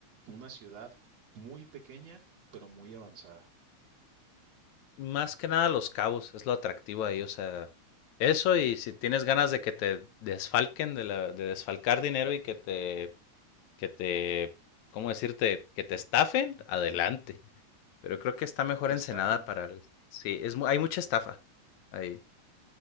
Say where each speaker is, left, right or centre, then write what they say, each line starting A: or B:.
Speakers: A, on the right; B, on the left.
A: una ciudad muy pequeña, pero muy avanzada.
B: Más que nada Los Cabos, es lo atractivo ahí, o sea, eso y si tienes ganas de que te desfalquen, de, la- de desfalcar dinero y que te, que te, ¿cómo decirte? Que te estafen, adelante. Pero creo que está mejor
A: Está
B: Ensenada para... el- Sí, es, mu- hay mucha estafa ahí.